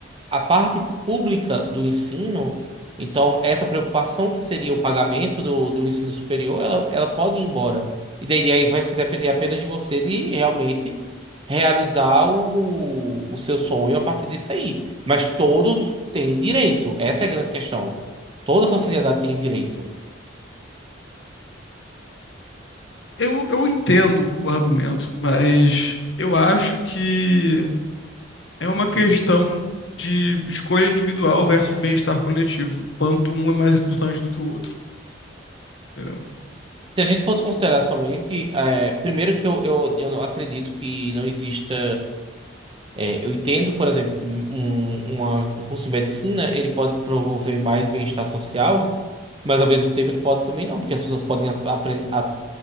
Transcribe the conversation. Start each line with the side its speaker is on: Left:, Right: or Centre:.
Right: a parte pública do ensino, então essa preocupação que seria o pagamento do, do ensino superior, ela, ela pode ir embora. E daí aí vai se depender apenas de você de realmente realizar o, o seu sonho a partir disso aí. Mas todos têm direito, essa é a grande questão. Toda a sociedade tem direito.
Left: Eu, eu entendo o argumento, mas eu acho que É uma questão de escolha individual versus bem-estar coletivo. o Quanto um é mais importante do que o outro, entendeu?
Right: Se a gente fosse considerar somente, eh, primeiro que eu, eu, eu não acredito que não exista. É, eu entendo, por exemplo, que um, uma- um curso de medicina ele pode promover mais bem-estar social, mas ao mesmo tempo ele pode também não, porque as pessoas podem a- apren- a-